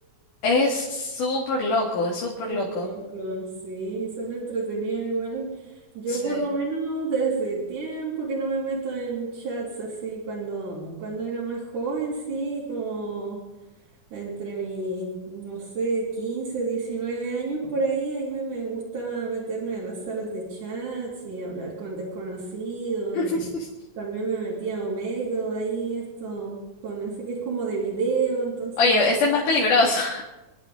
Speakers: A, on the left; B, on the right.
A: es súper loco, es súper
B: Qué
A: loco.
B: loco, sí, suena entretenido igual. Yo
A: Sí.
B: por lo menos desde tiempo que no me meto en chats así, cuando, cuando era más joven, sí, como... entre mis, no sé, 15 19 años por ahí, ahí me, me gustaba meterme a las salas de chats y hablar con desconocidos
A: <laughs>
B: y también me metía a Omegle ahí, esto, con ese que es como de video, entonces,
A: Oye, ese es más peligroso,